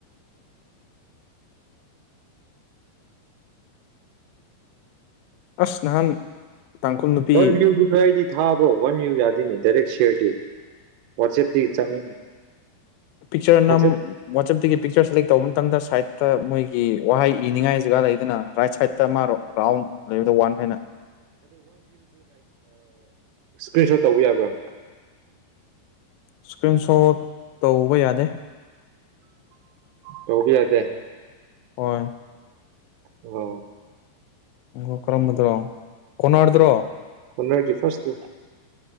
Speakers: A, on the left; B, on the right.
A: ꯑꯁ ꯅꯍꯥꯟ ꯇꯥꯡꯈꯨꯜ ꯅꯨꯄꯤ
B: ꯋꯥꯟ ꯚ꯭ꯌꯨꯗꯨ ꯈꯔꯗꯤ ꯊꯥꯕ꯭ꯔꯣ ꯋꯥꯟ ꯌꯨ ꯌꯥꯗꯅꯤ ꯗꯥꯏꯔꯦꯛ ꯁꯤꯌꯔꯗꯤ ꯄꯆꯦꯗꯤ ꯆꯪ
A: ꯄꯤꯛꯆꯔꯅꯝ
B: ꯋꯥꯆꯦꯞ
A: ꯋꯥꯆꯞꯇꯒꯤ ꯄꯤꯛꯆꯔ ꯁꯦꯂꯦꯛ ꯇꯧꯕ ꯃꯇꯝꯗ ꯁꯥꯏꯠꯇ ꯃꯣꯏꯒꯤ ꯋꯥꯍꯩ ꯏꯅꯤꯡꯉꯥꯏ ꯖꯒꯥ ꯂꯩꯗꯅ ꯔꯥꯏꯠ ꯁꯥꯏꯗꯠꯇ ꯃꯥꯔꯣ ꯔꯥꯎꯟ ꯂꯩꯕꯗꯣ ꯋꯥꯟ ꯍꯥꯏꯅ
B: ꯏꯁ꯭ꯀ꯭ꯔꯤꯟ ꯁꯣꯠ ꯇꯧꯕ ꯌꯥꯕ꯭ꯔꯥ
A: ꯏꯁꯀ꯭ꯔꯤꯟ ꯁꯣꯠ ꯇꯧꯕ ꯌꯥꯗꯦ
B: ꯇꯧꯕ ꯌꯥꯗꯦ
A: ꯍ
B: ꯑꯣ
A: ꯑꯣ ꯀꯔꯝꯕꯗ꯭ꯔꯣ ꯀꯔꯗ꯭ꯔꯣ
B: ꯍꯅꯔꯒꯤ ꯐꯔꯁ ꯇꯨ